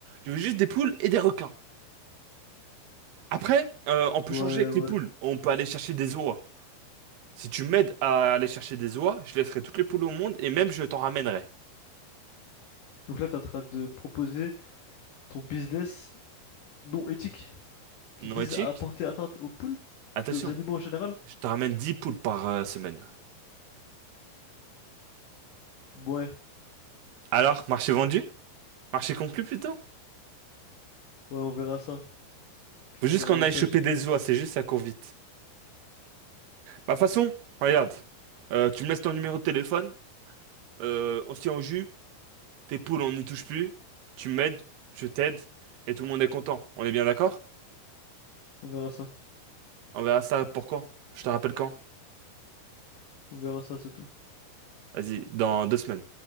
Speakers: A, on the right; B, on the left.
A: Je veux juste des poules et des requins. Après, euh, on peut
B: Ouais,
A: changer avec
B: ouais.
A: les poules. On peut aller chercher des oies. Si tu m'aides à aller chercher des oies, je laisserai toutes les poules au monde et même je t'en ramènerai.
B: Donc là, t'es en train de me proposer ton business non éthique qui
A: Non
B: vise
A: éthique?
B: à apporter atteinte aux poules
A: Attention,
B: et aux animaux en général?
A: je te ramène 10 poules par euh, semaine.
B: Ouais,
A: Alors, marché vendu? Marché conclu plutôt?
B: ouais, on verra ça. Tu
A: Faut
B: m'enverras
A: juste qu'on
B: un message.
A: aille choper des oies, c'est juste ça court vite. Bah façon, regarde, Euh, tu me laisses ton numéro de téléphone, euh, on se tient au jus, tes poules on n'y touche plus, tu m'aides, je t'aide, et tout le monde est content. On est bien d'accord?
B: On verra ça.
A: On verra ça pour quand? Je te rappelle quand?
B: On verra ça, c'est tout.
A: Vas-y, dans deux semaines.